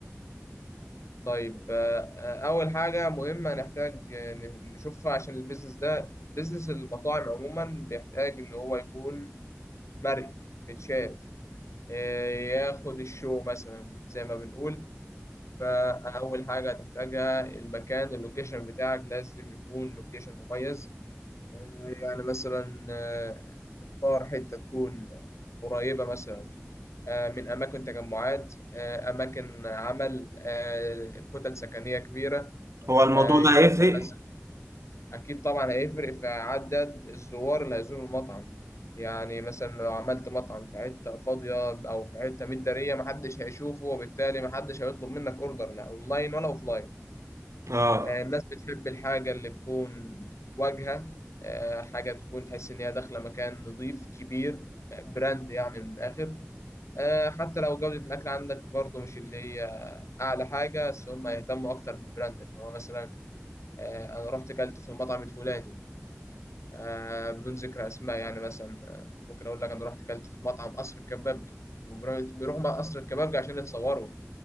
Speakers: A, on the left; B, on the right.
A: طيب آه، آه، أول حاجة مهمة نحتاج آه، ن- نشوفها عشان البيزنس ده بيزنس المطاعم عموما بيحتاج إن هو يكون مرئي بيتشاف آه، ياخد الشو مثلا زي ما بنقول فأول حاجة هتحتاجها المكان اللوكيشن بتاعك لازم يكون لوكيشن مميز آه، يعني مثلا آه، تختار حتة تكون قريبة مثلا آه، من أماكن تجمعات آه، أماكن عمل آه، كتل سكنية كبيرة
B: هو الموضوع
A: آه، يكون
B: ده هيفرق
A: مثلا أكيد طبعا هيفرق في عدد الزوار اللي هيزوروا المطعم يعني مثلا لو عملت مطعم في حتة فاضية أو في حتة متدارية محدش هيشوفه وبالتالي محدش هيطلب منك أوردر لا أونلاين ولا أوفلاين
B: اه
A: آه، الناس بتحب الحاجة اللي تكون واجهة آه، حاجة تكون تحس إن هي داخلة مكان نظيف كبير آه، براند يعني من الآخر آه، حتى لو جودة الأكل عندك برضه مش اللي هي أعلى حاجة بس هم يهتموا أكتر بالبراند إن هو مثلا آه، انا رحت اكلت في المطعم الفلاني آه، بدون ذكر اسماء يعني مثلا آه، ممكن اقول لك انا رحت اكلت في مطعم قصر الكبابجي مجرد- بيروحوا مع قصر الكبابجي عشان يتصوروا